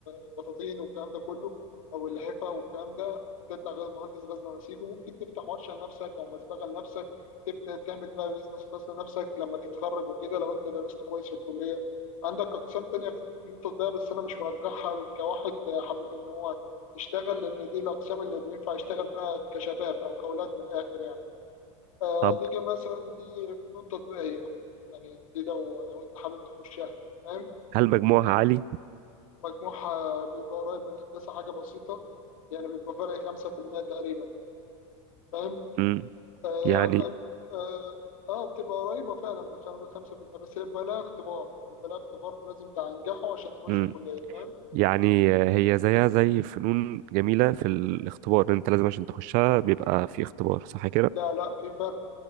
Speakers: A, on the left; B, on the right.
A: البطاطين والكلام ده كله أو اللحفة والكلام ده تطلع غز- مهندس غزل ونسيج وممكن تفتح ورشة لنفسك أو مسبغة لنفسك تبدأ تعمل بقى بيزنس خاص لنفسك لما تتخرج وكده لو أنت درست كويس في الكلية عندك أقسام تانية في فنون تطبيقية بس أنا مش مرجحها كواحد حابب إن هو يشتغل لان دي الاقسام اللي بينفع يشتغل بها كشباب او كاولاد من الاخر يعني آه
B: طب
A: نيجي مثلا دي فنون تطبيقيه يعني دي لو لو انت حابب تخشها فاهم
B: هل مجموعها عالي
A: مجموعها بيبقى قريب من هندسه حاجه بسيطه يعني بيبقى فرق 5% تقريبا فاهم
B: مم.
A: آه
B: يعني
A: عندك اه آه، بتبقى قريبه فعلا من 5% بس بيبقى لها اختبار بيبقى لها اختبار لازم تنجحه عشان تخش
B: مم.
A: الكليه فاهم
B: يعني آه، هي زيها زي فنون جميله في الاختبار انت لازم عشان تخشها بيبقى في اختبار صح كده
A: لا لا في فرق